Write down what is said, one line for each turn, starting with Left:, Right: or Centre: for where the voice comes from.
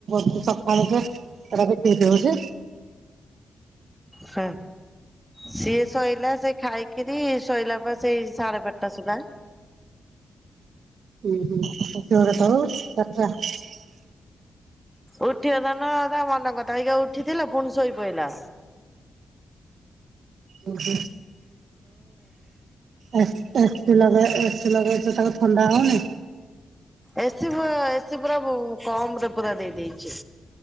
Right: ଶୋଇ ସକାଳୁ ସେଟା ବିଟ ବିଟି ହଉଛି।
Centre: ହୁଁ ସିଏ ଶୋଇଲା ସେ ଖାଇକିରି ଶୋଇଲା ପରେ ସେଇ ସାଢ଼େ ବାରଟା ସୁଦ୍ଧା।
Right: <unintelligible>
Centre: ଉଠିଗଲା ନା ତା ମନ କଥା ହେଇକି ଆଉ ଉଠିଥିଲା ପୁଣି ଶୋଇ ପଇଲା।
Right: ହୁଁ ଏସି ଲଗେଇକି ଶୋଇଲେ ତାକୁ ଥଣ୍ଡା ହଉନି?
Centre: ଏସି ଏସି ପୁରା କମ୍ ରେ ପୁରା ଦେଇ ଦେଇଦେଇଛି